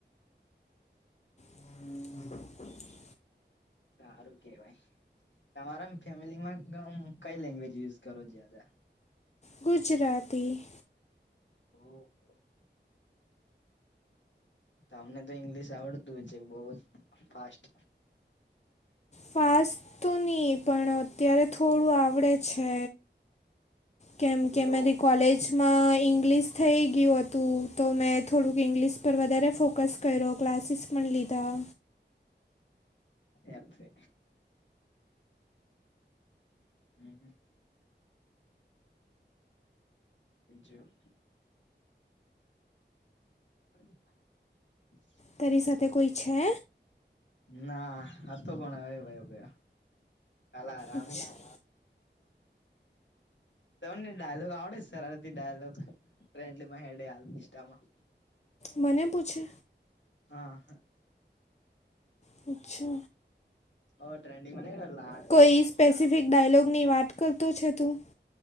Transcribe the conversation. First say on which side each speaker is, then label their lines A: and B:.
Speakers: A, on the left (about 35°); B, on the left (about 75°).
A: હમ હ.
B: સારું કેવાય. તમારા ફેમિલીમાં કઈ લેંગ્વેજ યુઝ કરો છ આ.
A: ગુજરાતી.
B: હમ. તમને તો ઇંગ્લિશ આવડતું છે બહુ જ ફાસ્ટ.
A: ફાસ્ટ તો નહીં પણ અત્યારે થોડું આવડે છે. કેમ કે
B: લો
A: મારી કોલેજમાં ઇંગ્લિશ થઈ ગયું હતું તો મેં થોડુંક ઇંગ્લિશ. પર વધારે ફોકસ કરો ક્લાસીસ પણ લીધા.
B: એપે. હમ હમ. બીજું. <inaudible>
A: તરી સાથે કોઈ છે.
B: ના હતો પણ હવે ભયો ગયો કાાલ આરામી.
A: અચ્છા,
B: તમને ડાયલોગ આવડે સરળથી ડાયલોગ ટ્રેન્ડ માં હેડે હાલ નિામાં.
A: મને પૂછે.
B: હા.
A: પૂ્છો.
B: ઓ ટ્રેન્ડિંગમાં ન લાડલી
A: કોઈ
B: મિયા.
A: સ્પેસિફિક ડાયલોગની વાત કરતો છે તું